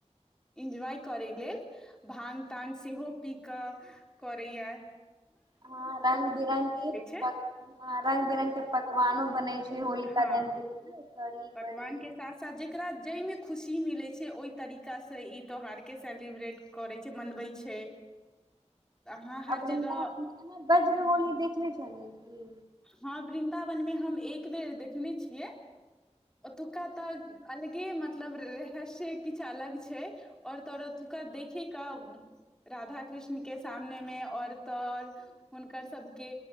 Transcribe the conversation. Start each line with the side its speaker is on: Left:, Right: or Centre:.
Centre: इनज्वाय करै लेल। भाग- तांग सेहो पी कऽ। करैयऽ।
Right: हँ रंग बिरङंगगके
Centre: छै
Right: ह रंग बिरङ्ंगगके पकवानो बनै छै होलिका
Centre: हँ
Right: दहनके दिन कड़ी-
Centre: पकवान
Right: बड़ी।
Centre: के साथ साथ जेकरा जाहिमे खुशी मिलै छै ओहि तरीका। तरीका से ई त्यौहार के सेलिब्रेट करै छै, मनबै छै। अहाँ हर
Right: आ वृन्दावन
Centre: जगह
Right: अहाँ बज्रहोली देखले छलियै की।
Centre: हँ बृन्दा। न में हम एक बेर देखने छियै। ओतुका तऽ। अलगे मतलब रहस्य किछ अलग छै, और तो ओतुका देखे के राधा कृष्ण के सामने में और तऽ और हुनकर सबके